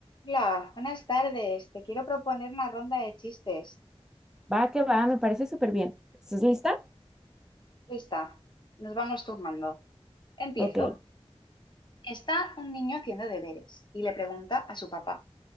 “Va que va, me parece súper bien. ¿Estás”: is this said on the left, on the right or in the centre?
Centre